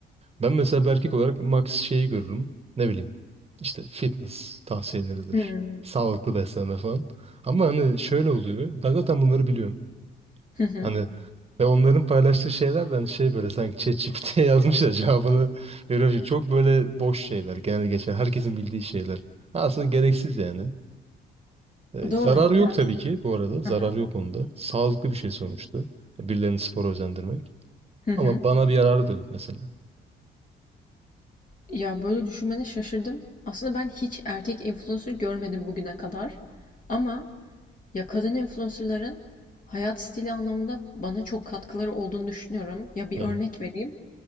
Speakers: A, on the right; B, on the left.
A: Ben mesela bir erkek olarak max şeyi görürüm. Ne bileyim. işte fitness tavsiyeleridir.
B: Hmm.
A: Sağlıklı beslenme falan. Ama hani şöyle oluyor. Ben zaten bunları biliyorum.
B: Hı hı.
A: Hani ve onların paylaştığı şeyler de hani şey böyle sanki ChatGPT'ye <laughs> yazmış da cevabını veriyor. Şimdi Çok böyle boş şeyler genel geçer. Herkesin bildiği şeyler. Aslında gereksiz yani. E,
B: Doğru
A: zararı
B: biraz.
A: yok tabii ki bu arada.
B: Hı
A: Zararı
B: hı.
A: yok onda. Sağlıklı bir şey sonuçta. E, Birilerini spora özendirmek.
B: Hı hı.
A: Ama bana bir yararı da yok mesela.
B: Ya böyle düşünmene şaşırdım. Aslında ben hiç erkek influencer görmedim bugüne kadar. Ama Ya kadın influencer'ların hayat stili anlamında bana çok katkıları olduğunu düşünüyorum. Ya bir
A: Hı
B: örnek
A: hı.
B: vereyim.